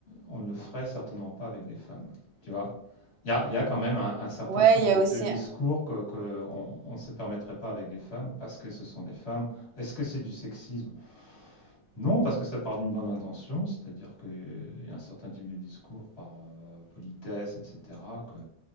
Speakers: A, on the left; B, on the right.
A: on ne le ferait certainement pas avec des femmes, tu vois. Il y a, il y a quand même un, un certain
B: Ouais,
A: type
B: il y
A: de,
B: a aussi
A: de discours
B: un
A: que, que on, on ne se permettrait pas avec des femmes parce que ce sont des femmes. Est-ce que c'est du sexisme? Non, parce que ça part d'une bonne intention, c'est-à-dire qu'il y a un certain type de discours par euh, politesse, etc., que,